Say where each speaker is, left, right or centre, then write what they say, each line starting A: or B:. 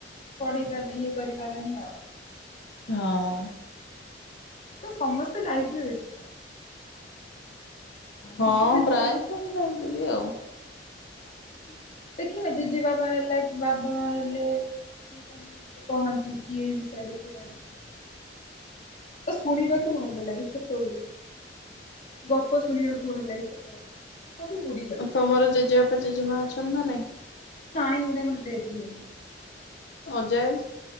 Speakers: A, on the left (about 45°); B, on the left (about 80°).
A: ପଢିପାରନି ଇଏ କରିପାରନି ଆଉ।
B: ହଁ।
A: ତ ସମସ୍ତେ ଲାଇଫରେ ବେସ୍ତ। କିନ୍ତୁ
B: ହଁ
A: ସେ ଜିନି
B: ପ୍ରାୟ ସବୁ ଲାଗିକି ଆଉ।
A: ହଁ କିନ୍ତୁ ଦେଖିନ ଜେଜେବାବା ହେଲା କି ବାବା ମାଆ ହେଲେ ସିଏ ସମସ୍ତେ କହନ୍ତି କି ଏଇ ବିଷୟରେ ପୁରାଣ ତ ଶୁଣିବାକୁ ଭଲ ଲାଗେ ଛୋଟବେଳୁ। ଗପ ଶୁଣିବାକୁ ଭଲ ଲାଗେ ଛୋଟ ବେଳୁ। ସବୁ ବୁଡି
B: ଆଉ ତମର ଜେଜେବାପା ଜେଜେମା ଅଛନ୍ତି ନା ନାଇଁ।
A: ନାଇଁ ତାଙ୍କର ଡେଥ୍ ହେଇଗଲାଣି।
B: ଅଜା ଆଈ?